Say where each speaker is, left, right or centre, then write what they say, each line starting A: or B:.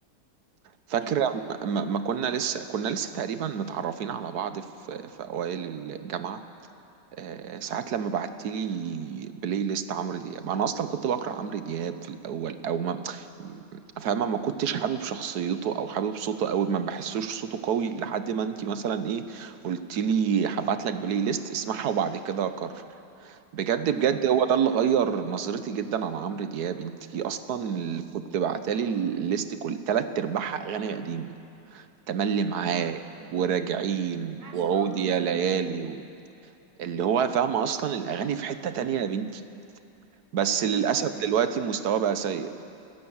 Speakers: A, on the right; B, on the right.
A: فاكرة
B: امتى
A: ما ما- ما كنا لسه كنا لسه تقريبا متعرفين على بعض في في أوائل الجامعة آه، ساعات لما بعت لي بلاي ليست عمرو دياب انا اصلا كنت بقرا عمرو دياب في الاول او ما فاهمه ما كنتش حابب شخصيته او حابب صوته قوي ما بحسوش صوته قوي لحد ما انت مثلا ايه قلت لي هبعت لك بلاي ليست اسمعها وبعد كده اقرر بجد بجد
B: اه
A: هو ده اللي غير نظرتي جدا عن عمرو دياب انت اصلا اللي كنت بعتلي الليست كل تلات ارباعها اغاني قديمه تملي معاك
B: اه انا
A: وراجعين
B: أنا بعشق
A: وعود
B: عمرو
A: يا
B: دياب
A: ليالي
B: القديم
A: اللي هو فاهمة أصلا الأغاني في حتة تانية يا بنتي بس للأسف
B: اه يا
A: دلوقتي مستواه
B: رحمة
A: بقى سيء